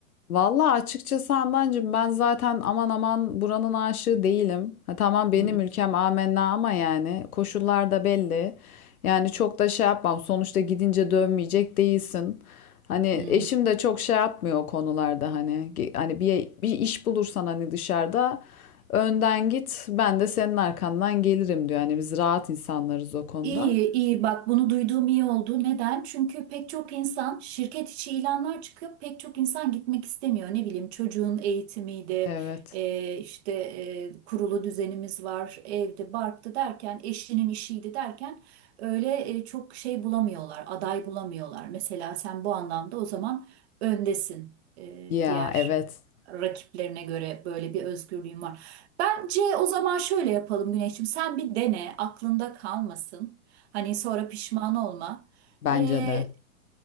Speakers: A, on the left (about 80°); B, on the right (about 50°).
A: Vallahi açıkçası Handancığım ben zaten aman aman buranın aşığı değilim. Ha, tamam benim
B: Hı
A: ülkem amenna ama yani koşullar da belli. Yani çok da şey yapmam. Sonuçta gidince dönmeyecek değilsin. Hani
B: hı.
A: eşim de çok şey yapmıyor o konularda hani Ge- hani bir bir iş bulursan hani dışarıda önden git ben de senin arkandan gelirim diyor. Hani biz rahat insanlarız o konuda.
B: İyi, iyi. Bak bunu duyduğum iyi oldu. Neden? Çünkü pek çok insan şirket içi ilanlar çıkıyor. Pek çok insan gitmek istemiyor. Ne bileyim çocuğun eğitimiydi,
A: Evet.
B: e, işte e, kurulu düzenimiz var, evde, barktı derken, eşinin işiydi derken öyle e, çok şey bulamıyorlar, aday bulamıyorlar. Mesela sen bu anlamda o zaman öndesin. E,
A: Ya
B: diğer
A: evet
B: rakiplerine göre böyle bir özgürlüğün var. Bence o zaman şöyle yapalım Güneş'im. Sen bir dene, aklında kalmasın. Hani sonra pişman olma.
A: bence
B: Ee,
A: de.